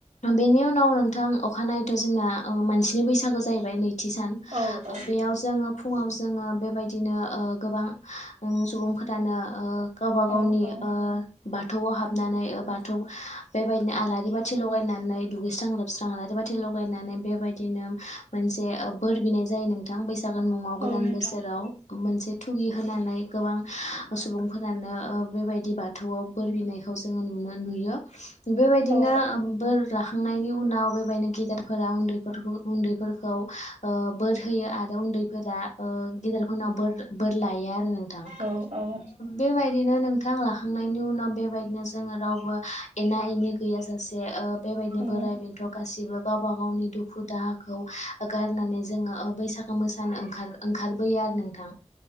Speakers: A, on the left; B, on the right.
A: बेनि उनाव नोंथां अखानायैथ' जोंना मानसिनि बैसागो जाहैबाय नैथि सान
B: औ औ
A: ओ बेयाव जोङो फुङाव जोङो बेबायदिनो गोबां सुबुं सुबुंफोरानो गावबा गावनि
B: औ औ
A: ओ बाथौआव हाबनानै बाथौ बेबायदिनो आलारि बाथि लगाय नानै दुगैस्रां लोबस्रां आलारि बाथि लगायनानै बेबायदिनो मोनसे बोर बिनाय जायो। नोंथां बैसागोनि मुङाव गोदान
B: औ नोंथां
A: बोसोराव मोनसे थुगि होनानै गोबां सुबुंफोरानो बेबायदि बाथौआव बोर बिनायखौ जोङो नुनो नुयो। बेबायदिनो
B: औ
A: बोर लाखांनायनि उनाव बेबायदिनो गेदेरफोरा उन्दैफोरखौ उन्दैफोरखौ ओ बोर हो यो आरो उन्दैफोरा ओ गेदेरफोरनाव बोर लायो आरो। नोंथां
B: औ औ औ
A: बेबायदिनो नोंथां लाखांनायनि उनाव बेबायदिनो जोङो रावबो एना एनि गैयाजासे ओ नि
B: औ
A: बोर बे गासिबो गावबा गावनि दुुखु दाहाखौ गारनानै जोङो बैसागो मो सानो ओंखार ओंखारबोयो आरो नोंथा